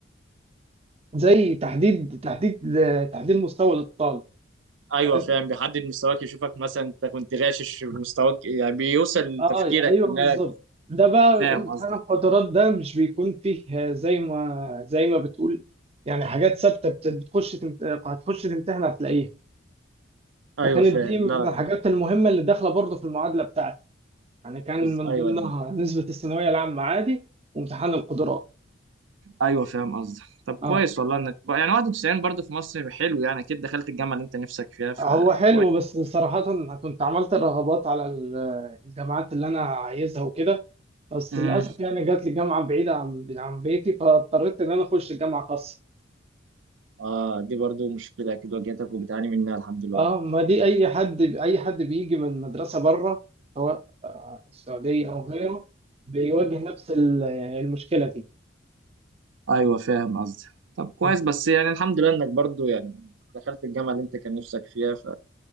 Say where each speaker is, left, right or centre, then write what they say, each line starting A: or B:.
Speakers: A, on the right; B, on the right.
A: زي تحديد تحديد تحديد مستوى للطالب
B: ايوه
A: يعني
B: فاهم
A: أنت-
B: بيحدد مستواك يشوفك مثلا انت كنت غاشش في مستواك إيه، يعني بيوصل
A: اه
B: تفكيرك
A: ايوه بالظبط
B: انك
A: ده بقى
B: فاهم
A: امتحان
B: قصدك
A: القدرات ده مش بيكون فيه آه، زي ما زي ما بتقول يعني حاجات ثابته بت- بتخش تمت... هتخش تمتحن هتلاقيها
B: ايوه
A: فكانت
B: فاهم
A: دي من
B: لا
A: الحاجات المهمه اللي داخله برضه في المعادله بتاعتي يعني كان
B: بس
A: من
B: ايوه
A: ضمنها
B: انا
A: نسبه الثانويه العامه عادي وامتحان القدرات
B: ايوه فاهم قصدك طب كويس
A: اه
B: والله انك ب- يعني 91 برضه في مصر حلو يعني اكيد دخلت الجامعه اللي انت نفسك فيها فكويس
A: هو حلو بس صراحه أنا كنت عملت الرغبات على ال- الجامعات اللي انا عايزها وكده بس
B: امم
A: للاسف يعني جات لي جامعه بعيده عن عن بيتي فاضطريت ان انا اخش جامعه خاصه
B: اه دي برضو مشكله اكيد واجهتك وبتعاني منها لحد دلوقتي
A: اه ما دي اي حد اي حد بيجي من مدرسه بره سواء آه، السعوديه او غيره بيواجه نفس ال- يعني المشكله دي
B: ايوه فاهم قصدك طب كويس
A: مم.
B: بس يعني الحمد لله انك برضو يعني دخلت الجامعه اللي انت كان نفسك فيها